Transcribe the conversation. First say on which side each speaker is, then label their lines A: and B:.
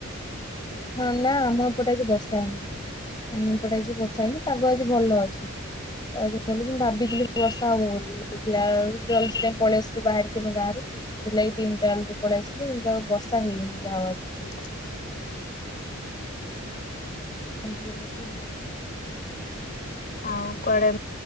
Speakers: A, on the left; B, on the left.
A: ହଁ, ନା, ଆମ ଏପଟେ ଆଜି ବର୍ଷା ହେଇନି, ଆମ ଏପଟେ ଆଜି ବର୍ଷା ହେଇନି ପାଗ ଆଜି ଭଲ ଅଛି। ଆଉ ଭାବିଥିଲି ବର୍ଷା ହବ ବୋଲି, ଦେଖିଲା ବେଳକୁ ପଳେଇ ଆସଥିଲୁ ବାହାରିକି ଆମ ଗାଁରୁ ବୁଲାଇ ତିନଟା ବେଳକୁ ପଳେଇ ଆସିଲୁ କିନ୍ତୁ ଆ ବର୍ଷା ହେଇନି ଯାହା ଆଜି।
B: ହୁଁ।
A: ମୁଁ ପହଞ୍ଚି ଗଲି ଏଥର।
B: ଆଉ କୁଆଡେ